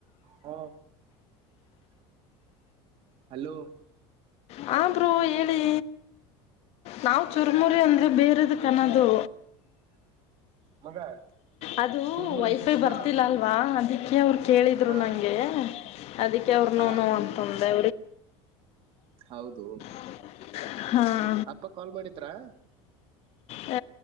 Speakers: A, on the right; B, on the left.
A: ಹ ಹಲೋ
B: ಹಾ ಬ್ರೋ ಹೇಳಿ ನಾವು ಚುರ್ಮುರಿ ಅಂದ್ರೆ ಬೇರೆದ ಕನ್ನೋದು
A: ಮಗ
B: ಅದು
A: ಚೂರ್ಮುರಿ
B: ವೈಫೈ
A: ಸುಸ್ಲ
B: ಬರ್ತಿಲ್ಲ ಅಲ್ವಾ ಅದಕ್ಕೆ ಅವ್ರು ಕೇಳಿದ್ರು
A: ಹಾ
B: ನಂಗೆ ಅದಿಕ್ಕೆ ಅವರ್ನೋನು
A: ಹಾ
B: ಅಂತ ಅಂದೆ
A: ಹೌದು
B: ಹಾ
A: ಅಪ್ಪ ಕಾಲ್ ಮಾಡಿದ್ರಾ
B: ಹ